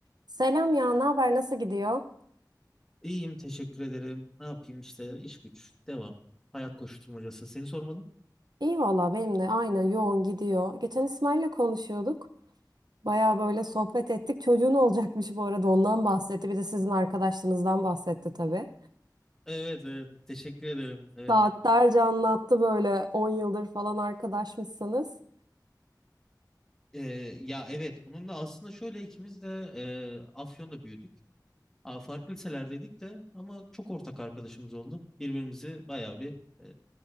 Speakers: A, on the right (about 70°); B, in the centre.
A: Selam ya, ne haber, nasıl gidiyor?
B: İyiyim teşekkür ederim. Ne yapayım işte iş güç devam. Hayat koşturmacası. Seni sormalı.
A: İyi valla benim de aynen yoğun gidiyor. Geçen İsmail'le konuşuyorduk. Baya böyle sohbet ettik. Çocuğun olacakmış bu arada ondan bahsetti. Bir de sizin arkadaşlığınızdan bahsetti tabii.
B: Evet evet teşekkür ederim. Evet.
A: Saatlerce anlattı böyle 10 yıldır falan arkadaşmışsınız.
B: Ee, ya evet onunla aslında şöyle ikimiz de e, Afyon'da büyüdük. Aa, farklı liselerdeydik de ama çok ortak arkadaşımız oldu. Birbirimizi bayağı bir e,